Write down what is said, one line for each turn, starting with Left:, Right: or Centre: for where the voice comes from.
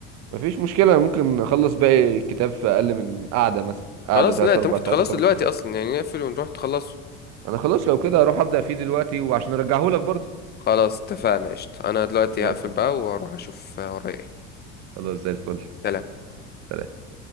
Right: مفيش مشكلة أنا ممكن أخلص باقي الكتاب في أقل من قعدة مثلا قعدة
Left: خلاص
Right: تلات
Left: لا انت
Right: أربع
Left: ممكن
Right: ساعات
Left: تخلصه
Right: أخلص
Left: دلوقتي
Right: الكتاب
Left: اصلا يعني نقفل ونروح تخلصه
Right: أنا خلاص لو كده هروح أبدأ فيه دلوقتي وعشان أرجعهولك برضه
Left: خلاص اتفقنا قشطة انا دلوقتي
Right: خلاص
Left: هقفل
Right: يا
Left: بقى
Right: معلم
Left: وهروح اشوف ورايا ايه
Right: خلاص زي الفل
Left: سلام.
Right: سلام.